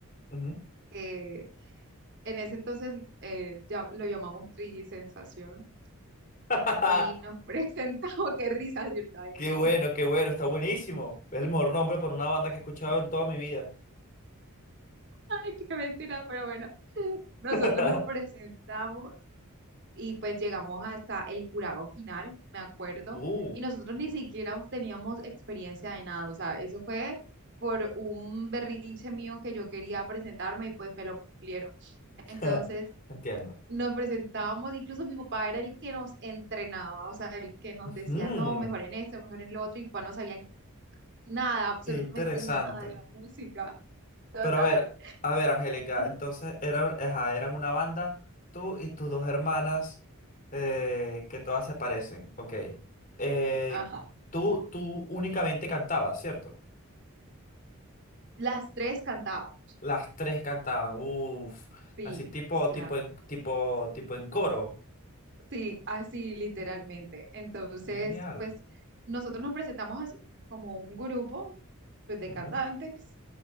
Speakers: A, on the left; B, on the right.
A: Ujú.
B: que en ese entonces eh, ya lo llamamos 3D Sensación
A: <laughs>
B: y nos <laughs> presentamos, oh, qué risa, ¿cierto? Ay,
A: Qué
B: no,
A: bueno, qué bueno, está buenísimo. Es el mejor nombre para una banda que he escuchado en toda mi vida.
B: <laughs> ay, qué mentira, pero bueno, nosotros
A: <laughs>
B: nos presentamos y pues llegamos hasta el jurado final, me acuerdo,
A: Uh,
B: y nosotros ni siquiera teníamos experiencia de nada, o sea, eso fue por un berrinche mío que yo quería presentarme y pues me lo cumplieron.
A: <laughs>
B: Entonces
A: entiendo.
B: nos presentábamos, incluso mi papá era el que nos entrenaba, o sea, el que nos
A: Mm,
B: decía, no, mejor en esto, mejor en lo otro, y mi papá no sabía nada, absolutamente
A: qué interesante.
B: nada de la música, total.
A: Pero a ver, a ver, Angélica,
B: Ajá.
A: entonces eran, ajá, eran una banda, tú y tus dos hermanas, eh, que todas se parecen, ok. Eh,
B: Ajá.
A: tú, tú únicamente cantabas, ¿cierto?
B: Las tres cantábamos,
A: Las tres cantaban, uff,
B: sí,
A: así tipo,
B: o sea.
A: tipo, en- tipo, tipo en coro.
B: Sí, así literalmente. Entonces,
A: Genial.
B: pues nosotros nos presentamos así como un grupo pues, de
A: Ujú,
B: cantantes